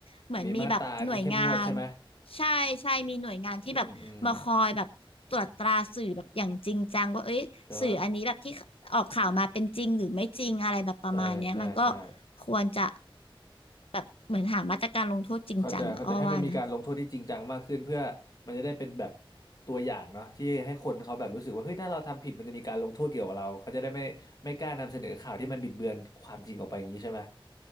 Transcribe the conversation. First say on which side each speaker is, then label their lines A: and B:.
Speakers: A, on the left; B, on the left.
A: เหมือนมีแบบหน่วยงาน
B: มีมาตราที่เข้มงวดใช่ไหม
A: ใช่ใช่มีหน่วยงานที่แบบมาคอยแบบตรวจตราสื่อแบบอย่างจริงจังว่าเอ้ยสื่ออันนี้แบบที่ออกข่าวมาเป็นจริงหรือไม่จริงอะไรแบบประมาณเนี้ยมันก็
B: อืมอืมใช่ใช่ใช่ใช่
A: ควรจะแบบเหมือนหามาตรการลงโทษจริงจังอะอ้อว่านะ
B: เข้าใจเข้าใจให้มันมีการลงโทษที่จริงจังมากขึ้นเพื่อมันจะได้เป็นแบบตัวอย่างเนาะที่ให้คนเขาแบบรู้สึกว่าเฮ้ยถ้าเราทำผิดมันจะมีการลงโทษเกี่ยวกับเราเขาจะได้ไม่ไม่กล้านำเสนอข่าวที่มันบิดเบือนความจริงออกไปอย่างนี้ใช่ไหม